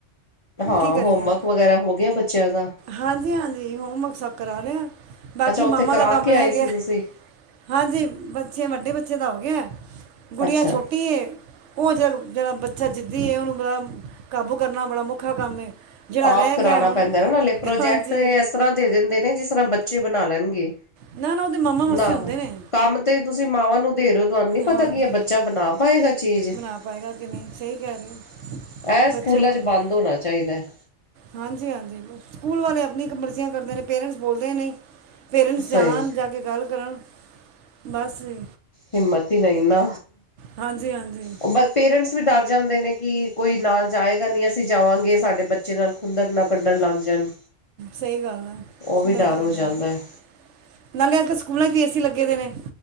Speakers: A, on the left; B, on the right.
A: ਹਾਂ
B: ਕੀ ਕਰੀਏ
A: ਹੋਮਵਰਕ ਵਗੈਰਾ ਹੋ ਗਿਆ ਬੱਚਿਆਂ ਦਾ।
B: ਹਾਂਜੀ ਹਾਂਜੀ ਹੋਮਵਰਕ ਸਭ ਕਰਾ ਲਿਆ ਬਾਕੀ
A: ਅੱਛਾ ਉੱਥੇ
B: ਮਾਵਾਂ
A: ਕਰਾ
B: ਦਾ ਕੰਮ
A: ਕੇ
B: ਰਹਿ
A: ਆਏ
B: ਗਿਆ
A: ਸੀ ਤੁਸੀਂ
B: ਹਾਂਜੀ ਬੱਚੇ ਵੱਡੇ ਬੱਚੇ ਦਾ ਹੋ ਗਿਆ। ਗੁੜੀਆਂ
A: ਅੱਛਾ
B: ਛੋਟੀ ਹੈ ਉਹ ਜ ਜਿਹੜਾ ਬੱਚਾ ਜਿੱਦੀ ਉਹਨੂੰ ਬ ਕਾਬੂ ਕਰਨਾ ਬੜਾ ਮਖਾ ਕੰਮ ਏ ਜਿਹੜਾ
A: ਆਪ
B: ਰਹਿ
A: ਕਰਾਉਣਾ
B: ਗਿਆ ਹੁਣ
A: ਪੈਂਦਾ ਨਾੇ ਪ੍ਰੋਜੈਕਟ
B: ਹਾਂਜੀ
A: ਇਸ ਤਰ੍ਹਾਂ ਦੇ ਦਿੰਦੇ ਨੇ ਜਿਸ ਤਰ੍ਹਾਂ ਬੱਚੇ ਬਣਾ ਲੈਣਗੇ।
B: ਨਾ ਨਾ ਉਹਦੇ ਮਾਮਾ ਮਸੇ
A: ਨਾ
B: ਹੁੰਦੇ ਨੇ
A: ਕੰਮ ਤੇ ਤੁਸੀਂ ਮਾਵਾਂ ਨੂੰ ਦੇ ਰਹੇ ਹੋ ਤੁਹਾਨੂੰ ਨੀ ਪਤਾ
B: ਹਾਂਜੀ
A: ਕੀ ਹੈ ਬੱਚਾ ਬਣਾ ਪਾਏਗਾ ਚੀਜ਼ ਇਹ
B: ਬਣਾ ਪਾਏਗਾ ਕਿ ਨਹੀਂ ਸਹੀ ਕਹਿ ਰਹੇ ਹੋ ਬੱਚੇ
A: ਸਕੂਲਾਂ
B: ਬੋਲੋ
A: ਚ ਬੰਦ ਹੋਣਾ ਚਾਹੀਦਾ ਹੈ।
B: ਹਾਂਜੀ ਹਾਂਜੀ ਸਕੂਲ ਵਾਲੇ ਆਪਣੀ ਇੱਕ ਮਰਜ਼ੀਆਂ ਕਰਦੇ ਨੇ ਪੇਰੈਂਟਸ ਬੋਲਦੇ ਨਹੀਂ। ਪੇਰੈਂਟਸ
A: ਸਹੀ
B: ਜਾਣ ਜਾ ਕੇ ਗੱਲ ਕਰਨ ਬਸ ਜ
A: ਹਿੰਮਤ ਹੀ ਨਹੀਂ ਨਾ।
B: ਹਾਂਜੀ ਹਾਂਜੀ
A: ਉਹ ਬ ਪੇਰੈਂਟਸ ਵੀ ਡਰ ਜਾਂਦੇ ਨੇ ਕਿ ਕੋਈ ਨਾਲ ਜਾਏਗਾ ਨਹੀਂ ਅਸੀਂ ਜਾਵਾਂਗੇ ਸਾਡੇ ਬੱਚੇ ਨਾਲ ਖੁੰਦਕ ਨਾਲ ਕੱਢਣ ਲੱਗ ਜਾਣ।
B: ਸਹੀ ਗੱਲ ਆ
A: ਉਹ ਵੀ
B: ਹੁੰਦਾ
A: ਡਰ
B: ਗਲਾ ਕੱਢਣਗੇ
A: ਹੋ ਜਾਂਦਾ ਹੈ
B: ਨਾਲੇ ਅਜ ਸਕੂਲਾਂ ਚ ਵੀ ਏਸੀ ਲੱ ਨੇ